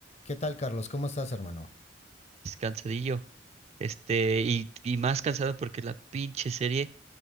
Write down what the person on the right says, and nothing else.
es cansadillo. Este, y, y más cansado porque la pinche serie,